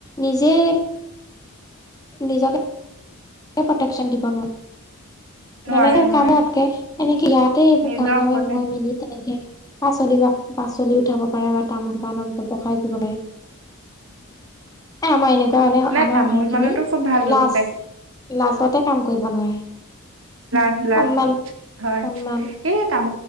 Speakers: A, on the left (about 15°); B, on the right (about 60°).
A: নিজেই। নিজকে, প্ৰটেক্যন দিব নোৱাৰে।
B: নোৱাৰে
A: তেনেকে
B: নোৱাৰে
A: কামতকে এনেকে ইয়াতে এইবোৰ
B: নিজৰ
A: গাঁৱে গাঁৱে
B: ওপৰতে
A: গৈ মেলি তেনেকে পাচলি পাচলি উঠাব পাৰে বা তামোল-পাণত ব্যৱসায় কৰিব পাৰে। আমাই এনেকুৱা কাৰণে
B: নাই
A: আমাৰ
B: তামোল
A: মানুহখিনি
B: পাণতো খুব ভাল ব্যৱসায়
A: লাজ, লাজতে কাম কৰিব নোৱাৰে।
B: লাজ লাজ
A: সন্মান
B: হয়
A: সন্মান
B: এই কাম